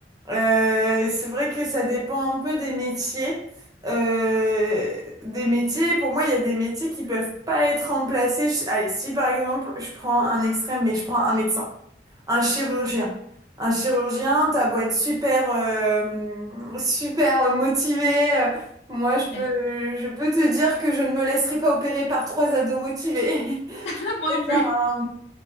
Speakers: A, on the right (about 20°); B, on the left (about 85°).
A: Euh, c'est vrai que ça dépend un peu des métiers. Euh, des métiers, pour moi, il y a des métiers qui peuvent pas être remplacés. Je- allez, si par exemple, je prends un extrême, mais je prends un médecin, un chirurgien. Un chirurgien, t'as beau être super, euh, super motivé. euh, moi, je peux,
B: Claire.
A: je peux te dire que je ne me laisserai pas opérer par trois ados motivés. <laughs>
B: <laughs> Moi
A: Je
B: non
A: préfère
B: plus.
A: un,